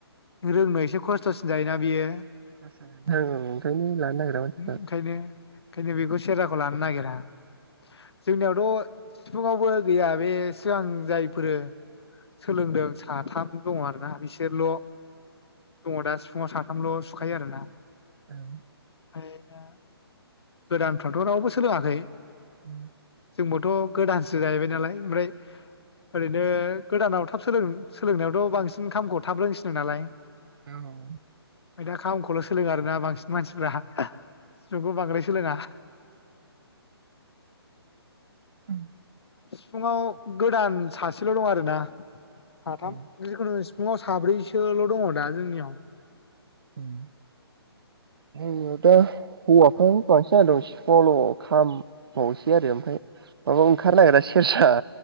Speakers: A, on the left (about 70°); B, on the right (about 60°).
A: रोंनो एसे खस्थसिन जायोना बियो।
B: ओं ओंखायनो लानो नागिरा मानसिफ्रा।
A: ओंखायनो ओंखायनो बेखौ सेरजाखौ <inaudible> जोंनियावथ। <inaudible> फुङावबो गैया बे सिगां जायफोरो सोलोंदों साथाम दङ आरोना बिसोर। जेरल। दङ दा सिफुाव साथामल सुखायो आरोना
B: उम।
A: ओमफ्राय दा गोदानफ्राथ रावबो सोलोङाखै।
B: <inaudible>
A: जोंबोथ। गोदानसो जाहैबाय नालाय। ओमफ्राय ओरैनो। गोदानाव थाब सोंलों सोलोंनायावथ' बांसिन खामखौ थाब रोंसिनो नालाय
B: औ
A: ओमफ्राय दा खामखौल' सोलोंङो आरो ना बांसिन मानसिफोरा सिफुंखौ बांद्राइ सोलोंङा
B: उम
A: सिफुुंङाव गोदान सासेल' दं आरो ना सा
B: गैया
A: थाम जिखुनु सि फुंङाव साब्रैसोल' दङ दा जोंनियाव
B: उम जोंनियाव दा हौवाफ्रा बांसिन जाना दं सिफुंङावल'' खामबावसै आरो ओमफ्राय माबा ओंखारनो नागिरा सेरजा